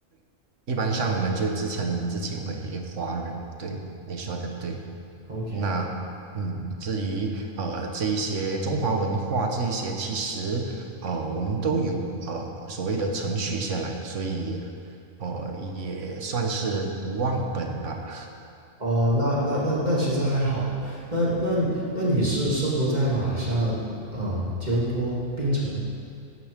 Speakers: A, on the right; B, on the right.
A: 一般上我们就自称自己为华人，对，你说的对。
B: OK，
A: 那嗯，至于呃这一些中华文化这一些，其实呃我们都有呃所谓的程序下来，所以呃也算是不忘本吧。
B: 哦，那那那那其实还好。那那你那你是生活在马来西亚啊、吉隆坡槟城？